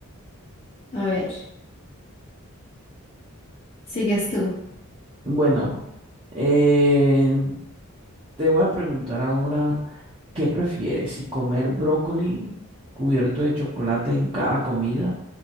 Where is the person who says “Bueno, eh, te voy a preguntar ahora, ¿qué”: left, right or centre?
Right